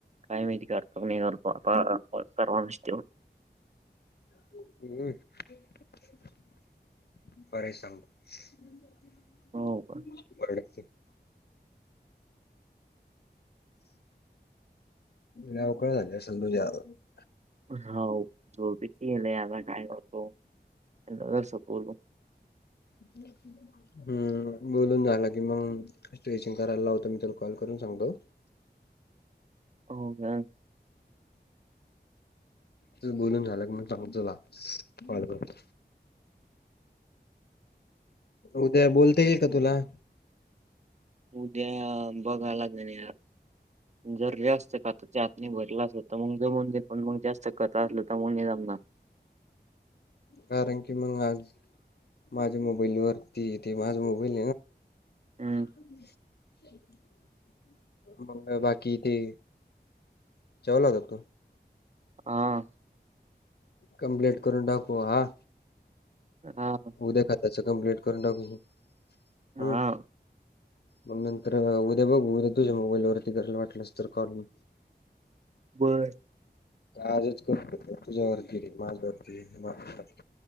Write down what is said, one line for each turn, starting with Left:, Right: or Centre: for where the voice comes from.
Right: काय माहिती करतो की नाही करतो आता <unintelligible>
Left: <inaudible> <inaudible>
Right: हो का
Left: लवकर झाली असेल तुझी <unintelligible>
Right: <unintelligible>
Left: <inaudible> हम्म बोलून झालं की मग स्ट्रेचिंग करायला लावतो मी त्याला कॉल करून सांगतो.
Right: हो का?
Left: तुझं बोलून झालं की मी सांगतो <unintelligible> कॉल करतो. उद्या बोलता येईल का तुला?
Right: उद्या बघायला <unintelligible> जर जास्त <unintelligible> तर आतने भरलं असल तर मग <unintelligible> पण मग जास्त <unintelligible>
Left: कारण की मग आज माझ्या मोबाईलवरती ते माझं मोबाईल
Right: हम्म
Left: <unintelligible> मंग बाकी ते जेवला का तू?
Right: हां.
Left: कंप्लेट करून टाकू आ.
Right: हा
Left: उद्या <unintelligible> त्याचं कंप्लेंट करून टाकू.
Right: हां.
Left: हम् मग नंतर उद्या बघू उद्या तुझ्या मोबाईलवरती करायला वाटलंस तर कॉल मग.
Right: बर
Left: आजच <unintelligible> तुझ्यावरती माझ्यावरती <unintelligible>